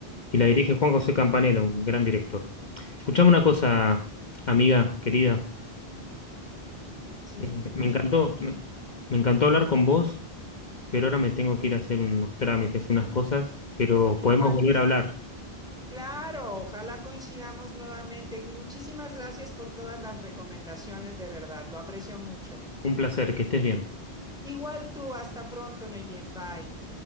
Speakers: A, on the left; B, in the centre.
A: Y la dirige Juan José Campanella, un gran director. Escuchame una cosa, amiga querida.
B: Sí,
A: Eh, me
B: di-
A: encantó,
B: dime
A: me,
B: de ella.
A: me encantó hablar con vos, pero ahora me tengo que ir a hacer unos trámites, unas cosas, pero
B: igualmente.
A: podemos volver a hablar.
B: Claro, ojalá coincidamos nuevamente. Muchísimas gracias por todas las recomendaciones, de verdad, lo aprecio mucho.
A: Un placer, que estés bien.
B: Igual tú, hasta pronto, Neyen, bye.